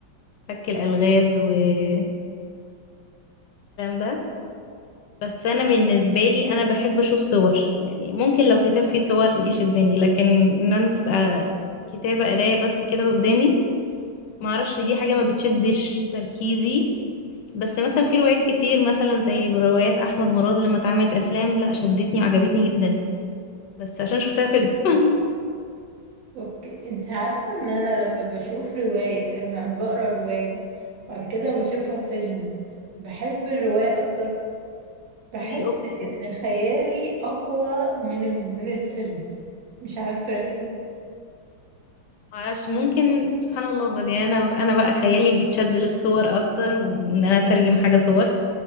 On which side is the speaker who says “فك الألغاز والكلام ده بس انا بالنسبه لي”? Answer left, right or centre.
Left